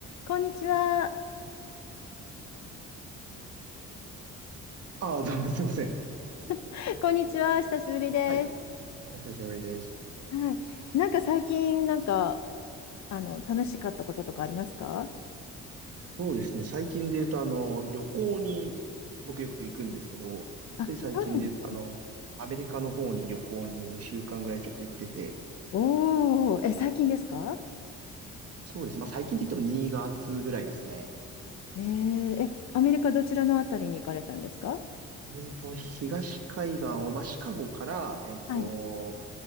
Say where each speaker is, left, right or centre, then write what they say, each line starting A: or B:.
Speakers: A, on the left; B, on the right.
A: こんにちは。
B: ああ、どうもすいません。
A: <laughs> こんにちは。久しぶりです。
B: はい。お久しぶりです。
A: はい。なんか最近、なんか、あの、楽しかったこととかありますか
B: そうですね。最近で言うと、あの、旅行に僕よく行くんですけど、
A: あ、
B: つい最近で言うと、
A: そうなんですね。
B: あの、アメリカの方に旅行に2週間ぐらいちょっと行ってて、
A: おー、え、最近ですか
B: そうですね。まあ最近で言っても2月ぐらいですね。
A: えー、え、アメリカどちらのあたりに行かれたんですか
B: アメリカは東海岸を、まあシカゴから、えっと、
A: はい。